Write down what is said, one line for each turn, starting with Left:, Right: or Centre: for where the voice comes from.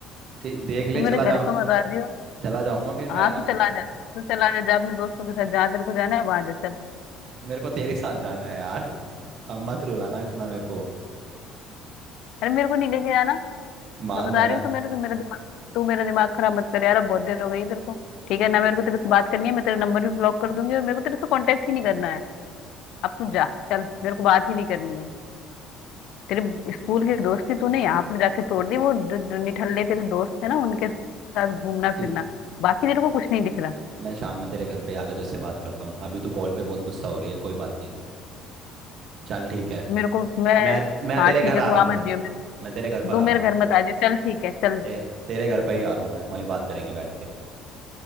Right: ठीक- देख
Left: तू
Right: ले
Left: मेरे
Right: चला
Left: घर
Right: जा
Left: पे बता रही हो
Right: चला जाऊंगा फिर
Left: हाँ
Right: मैं आप
Left: तू चला जा तू चला जा जा अपने दोस्तों के साथ जहाँ तेरे को जाना है वहां जा चल
Right: मेरे को तेरे साथ जाना है यार <laughs> अब मत रुलाना इतना मेरे को
Left: अरे मेरे को नहीं लेके जाना
Right: मान
Left: मैं बता
Right: जाना
Left: रही हूँ तू मेरे से मेरा दिमाग तू मेरा दिमाग खराब मत कर यार अब बहुत देर हो गई है तेरे को ठीक है ना मेरे को तेरे से बात करनी है मैं तेरा नंबर भी ब्लॉक कर दूंगी और मेरे को तेरे से कांटेक्ट ही नहीं करना है अब तू जा चल मेरे को बात ही नहीं करनी है तेरे स्कूल की दोस्ती तूने यहाँ पे जाके तोड़ दी वो जो, जो निठल्ले तेरे दोस्त थे ना उनके साथ घूमना फिरना
Right: ठीक है
Left: बाकी तेरे को कुछ नहीं दिख रहा
Right: मैं शाम में तेरे घर पे आके तुझसे बात करता हूँ अभी तो कॉल पे बहुत गुस्सा हो रही है कोई बात नहीं चल ठीक है
Left: मेरे को मैं
Right: मैं मैं
Left: हाँ
Right: तेरे
Left: ठीक
Right: घर
Left: है
Right: आ
Left: तू
Right: रहा
Left: आ
Right: हूँ
Left: मत जियो मेरे
Right: मैं तेरे घर
Left: तू
Right: पर आ
Left: मेरे
Right: रहा हूँ
Left: घर मत आ जियो चल ठीक है चल
Right: ए, तेरे घर पर ही आ रहा हूँ मैं वहीं बात करेंगे बैठ के